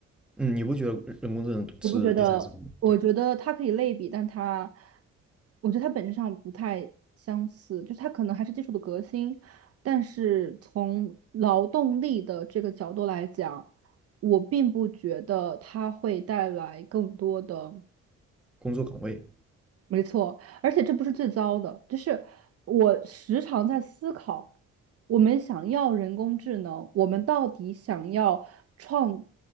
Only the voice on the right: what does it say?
我不觉得，我觉得它可以类比，但它，我觉得它本质上不太相似，就是它可能还是技术的革新，但是从劳动力的这个角度来讲，我并不觉得它会带来更多的。
没错，而且这不是最糟的，就是我时常在思考，我们想要人工智能，我们到底想要创，